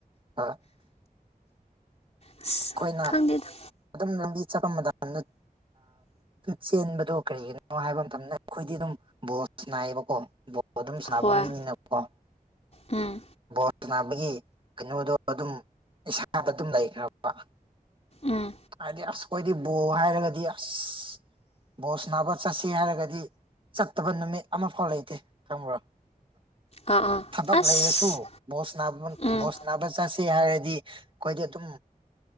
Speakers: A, on the right; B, on the left.
A: ꯍꯥ
B: ꯑꯁ
A: ꯑꯩꯈꯣꯏꯅ
B: ꯈꯪꯗꯦꯗ
A: ꯑꯗꯨꯝ ꯂꯝꯕꯤ ꯆꯠꯄ ꯃꯇꯝ ꯆꯦꯟꯕꯗꯣ ꯀꯔꯤꯒꯤꯅꯣ ꯍꯥꯏꯕ ꯃꯇꯝꯗ ꯑꯩꯈꯣꯏꯗꯤ ꯑꯗꯨꯝ ꯕꯣꯁ ꯅꯥꯏꯌꯦꯕꯀꯣ ꯑꯗꯨꯝ ꯁꯥꯟꯅꯕ
B: ꯍꯣꯏ
A: ꯃꯤꯅꯤꯅꯀꯣ
B: ꯎꯝ
A: ꯁꯥꯟꯅꯕꯒꯤ ꯀꯩꯅꯣꯗꯣ ꯑꯗꯨꯝ ꯏꯁꯥꯗ ꯑꯗꯨꯝ ꯂꯩꯈ꯭ꯔꯕ
B: ꯎꯝ
A: ꯍꯥꯏꯗꯤ ꯑꯁꯈꯣꯏꯗꯤ ꯕꯣ ꯍꯥꯏꯔꯒꯗꯤ ꯑꯁ ꯕꯣꯁ ꯅꯥꯕ ꯆꯠꯁꯤ ꯍꯥꯏꯔꯒꯗꯤ ꯆꯠꯇꯕ ꯅꯨꯃꯤꯠ ꯑꯃꯐꯥꯎ ꯂꯩꯇꯦ ꯈꯪꯕ꯭ꯔꯣ
B: ꯑꯥ ꯑꯥ
A: ꯊꯕꯛ
B: ꯑꯁ
A: ꯂꯩꯔꯁꯨ ꯕꯣꯁ ꯅꯥ
B: ꯎꯝ
A: ꯕꯣꯁ ꯅꯥꯕ ꯆꯠꯁꯤ ꯁꯦ ꯍꯥꯏꯔꯗꯤ ꯑꯩꯈꯣꯏꯗꯤ ꯑꯗꯨꯝ